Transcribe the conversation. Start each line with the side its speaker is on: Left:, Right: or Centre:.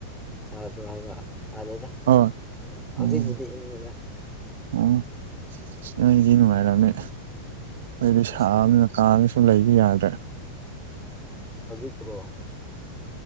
Centre: ꯁꯥꯗ꯭ꯔꯣ ꯍꯥꯏꯕ ꯁꯥꯗꯦꯗ
Right: ꯑꯣ
Centre: ꯍꯧꯖꯤꯛꯄꯨꯗꯤ
Right: ꯎꯝ
Centre: ꯏꯪꯉꯤꯗ
Right: ꯑꯣ ꯅꯣꯏꯒꯤ ꯅꯨꯡꯉꯥꯏꯔꯝꯅꯦ ꯑꯩꯗꯤ ꯁꯥꯕꯅ
Centre: ꯑꯁ
Right: ꯀꯥꯅꯁꯨ ꯂꯩꯕ ꯌꯥꯗ꯭ꯔꯦ
Centre: ꯍꯧꯖꯤꯛꯄꯨꯨꯔꯣ